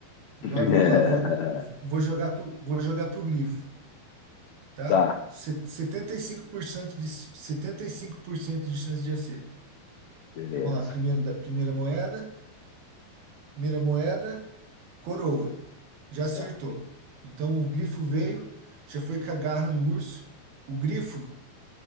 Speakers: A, on the right; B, on the left.
A: Agora
B: <laughs>
A: vamos
B: É,
A: lá, vou, vou jogar pro, vou jogar pro grifo, tá?
B: Tá,
A: Se- setenta e cinco por cento de, 75% de chance de acerto.
B: beleza.
A: Então vamos lá, primeiro da, primeira moeda, primeira moeda, coroa. Já acertou.
B: Tá.
A: Então o grifo veio, já foi com a garra no urso. O grifo,